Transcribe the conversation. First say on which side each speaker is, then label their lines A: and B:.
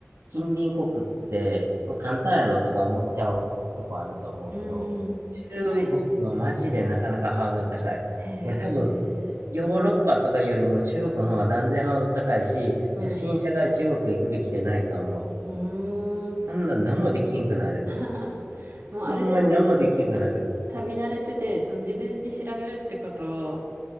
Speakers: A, on the right (about 80°); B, on the right (about 55°).
A: 近隣国って、まあ、簡単やろとか思っちゃうとこあると思うけど、
B: うん。うん近いしって。
A: 中国はマジでなかなかハードル高い。
B: へえ、
A: 俺多分、ヨーロッパとかよりも中国の方が断然ハードル高いし、
B: うん。
A: 初心者が中国行くべきでないと思う。
B: うーん。
A: あんな何もできひんくなる。
B: <laughs> もうある程度
A: ほんまに何もできひんくなる。
B: 旅慣れてて、その事前に調べるってことを